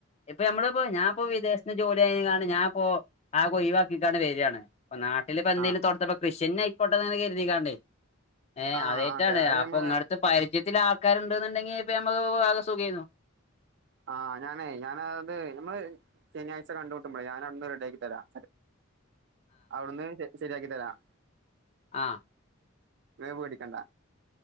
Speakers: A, on the left (about 30°); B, on the right (about 55°).
A: ഇപ്പൊ നമ്മളിപ്പോ ഞാൻപ്പോ വിദേശത്ത് ജോലി ആയ ഞാൻ ഇപ്പോ ആക ഒഴിവാക്കിട്ടാണ്ട് വരിയാണ് ഇപ്പ നാട്ടിലിപ്പൊ എന്തേലും
B: ആ
A: തൊത്തപ്പ കൃഷി തന്നെ ആയിക്കോട്ടങ്ങെ കരുതിക്കാണ്ട് ഏ
B: ആ
A: അതേറ്റാണ്
B: ഓക്കെ അത്
A: അപ്പൊ
B: ഞമ്മള്
A: ഇങ്ങടുത്തെ പരിചയത്തില ആ ആൾക്കാരുണ്ടന്നുണ്ടെങ്കി ഇപ്പ നമ്മക്ക് ആകെ സുഖായിരുന്നു
B: ആ ഞാനേ ഞാന അത് നമ്മള് ശനിയാഴ്ച കണ്ട കൂട്ടുമ്പോളെ ഞാൻ അവിടുന്ന് റടിയാക്കി തരാം അവിടുന്ന് ശരിയാക്കി തരാം
A: ആ
B: പിന്നെ പേടിക്കണ്ട